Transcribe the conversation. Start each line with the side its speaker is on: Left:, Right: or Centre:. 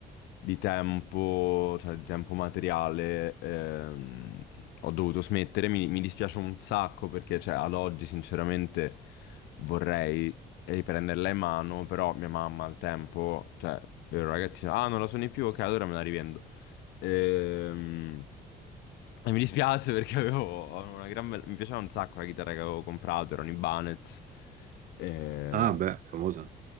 Left: di tempo, cioè di tempo materiale, ehm, ho dovuto smettere. Mi, mi dispiace un sacco perché, cioè, ad oggi sinceramente vorrei riprenderla in mano, però mia mamma al tempo, cioè, ero ragazzino, ah, non la suoni più, ok, allora me la rivendo. Ehm, E mi dispiace perché avevo avevo una gran bella... Mi piaceva un sacco la chitarra che avevo comprato, era un Ibanez. Eh,
Right: Ah, beh, famosa.